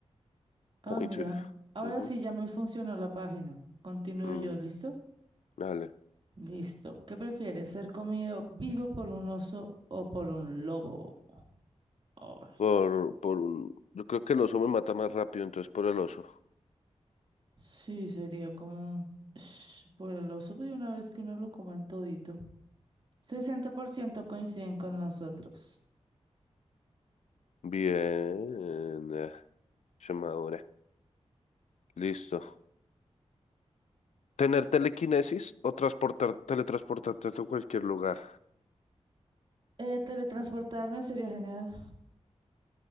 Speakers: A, on the right; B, on the left.
A: Ah,
B: point.
A: mira. Ahora
B: Ujú.
A: sí ya me funcionó la página. Continúo
B: Mm,
A: yo, ¿listo?
B: dale.
A: Listo. ¿Qué prefieres? ¿Ser comido vivo por un oso o por un lobo? Ay,
B: Por, por un... Yo creo que el oso me mata más rápido, entonces por el oso.
A: sí, sería como... Sh, Por el oso, pues, una vez que uno lo coman todito. 60% coinciden con nosotros.
B: Bien. eh, llamadora. Listo. ¿Tener telequinesis o transportar, teletransportarte a cualquier lugar?
A: Eh, teletransportarme sería genial.